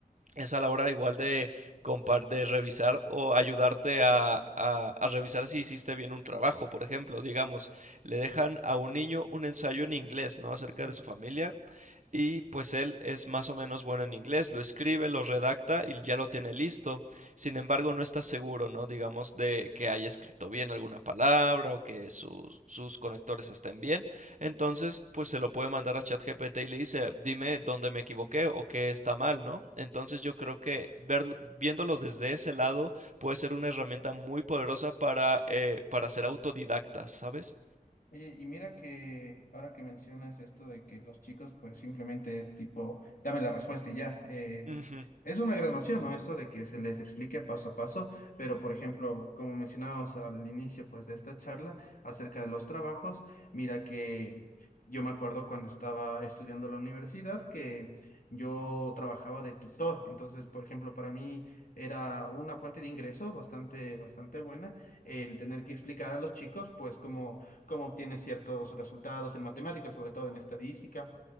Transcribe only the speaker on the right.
es a la hora igual de, compar- de revisar o ayudarte a, a- a revisar si hiciste bien un trabajo. Por ejemplo, digamos, le dejan a un niño un ensayo en inglés, ¿no? Acerca
de su familia y pues él es más o menos bueno en inglés, lo escribe, lo redacta y ya lo tiene listo. Sin embargo, no está seguro, ¿no? Digamos, de que haya escrito bien alguna palabra o que sus sus conectores estén bien. Entonces, pues se lo puede mandar a ChatGPT y le dice, dime dónde me equivoqué o qué está mal, ¿no? Entonces yo creo que ver- viéndolo desde ese lado puede ser una herramienta muy poderosa para, eh, para ser autodidactas, ¿sabes?
Ujú,